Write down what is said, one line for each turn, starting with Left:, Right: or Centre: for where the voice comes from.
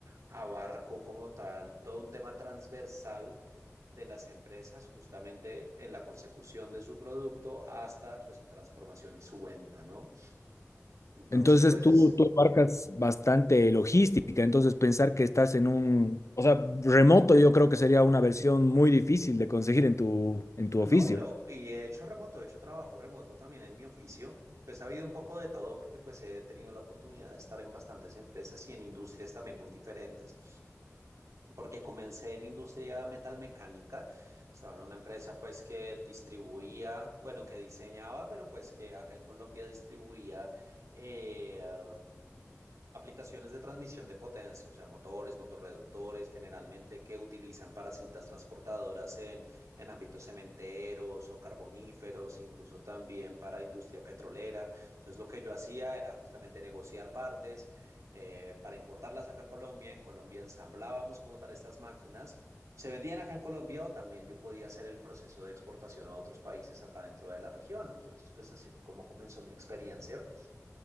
Right: abarco como tal todo un tema transversal de las empresas justamente en la consecución de su producto hasta pues su transformación y su venta, ¿no? Entonces,
Left: Entonces
Right: pues
Left: tú, tú abarcas bastante logística, entonces pensar que estás en un, o sea, remoto yo creo que sería una versión muy difícil de conseguir en tu, en tu oficio.
Right: No, y, lo, y he hecho remoto, he hecho trabajo remoto también en mi oficio. Pues ha habido un poco de todo porque pues he tenido la oportunidad de estar en bastantes empresas y en industrias también muy diferentes porque comencé en industria metalmecánica, estaba en una empresa pues que distribuía, bueno, que diseñaba, pero pues que acá en Colombia distribuía eh, um, aplicaciones de transmisión de potencia, o sea, motores, motorreductores, generalmente que utilizan para cintas transportadoras en, en ámbitos cementeros o carboníferos, incluso también para industria petrolera. Entonces, lo que yo hacía era justamente negociar partes eh, para importarlas acá a Colombia. En Colombia ensamblábamos como tal estas máquinas. Se vendían acá en Colombia o también yo podía hacer el proceso de exportación a otros países acá dentro de la región. Entonces, pues así fue como comenzó mi experiencia.